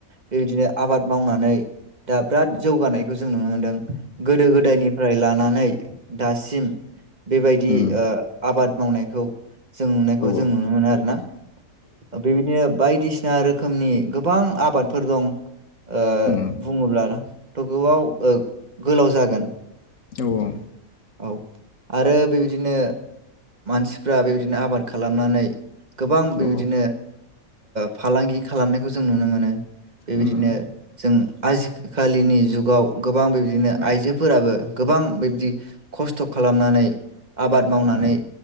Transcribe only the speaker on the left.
उम
औ औ
उम
औ औ
औ
उम
उम
उम